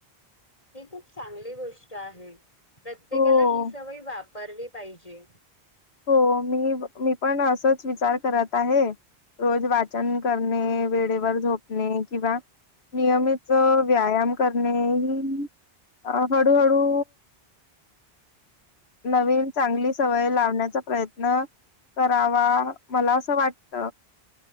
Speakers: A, on the left; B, on the left.
A: ही खूप चांगली गोष्ट आहे. प्रत्येकाला
B: हो.
A: ही सवय वापरली पाहिजे.
B: हो मी मी पण असंच विचार करत आहे. रोज वाचन करणे वेळेवर झोपणे किंवा नियमित व्यायाम करणे ह अ हळूहळू नवीन चांगली सवय लावण्याचा प्रयत्न. करावा मला असं वाटत